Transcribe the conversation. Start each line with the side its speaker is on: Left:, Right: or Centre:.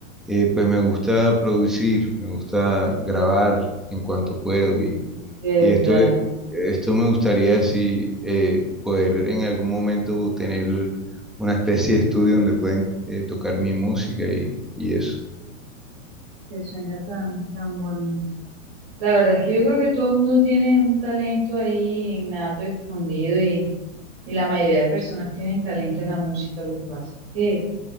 Centre: eh, pues me gusta producir, me gusta grabar en cuanto puedo y,
Right: de verdad.
Centre: y esto, Ok. e- esto me gustaría si eh, poder en algún momento tener una especie de estudio donde pueden eh, tocar mi música y, y eso.
Right: Qué sueño tan, tan bonito. La verdad es que yo creo que todo el mundo tiene un talento ahí innato, escondido y... Y la mayoría de personas tienen talento en la música, lo que pasa es que